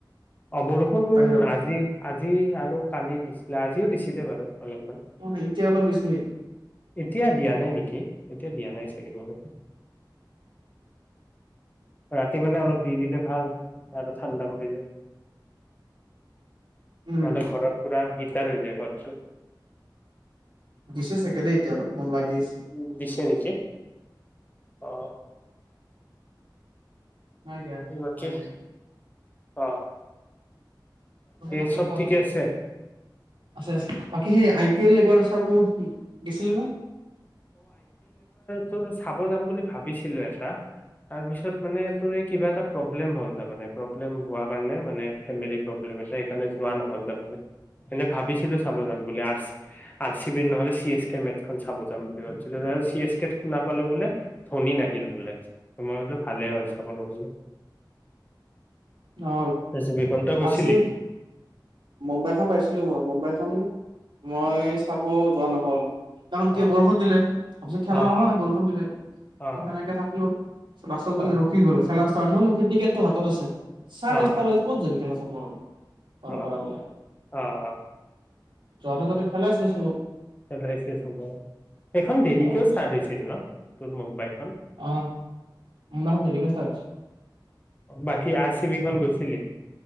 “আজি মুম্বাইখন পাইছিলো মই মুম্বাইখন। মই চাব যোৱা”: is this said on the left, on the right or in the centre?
Right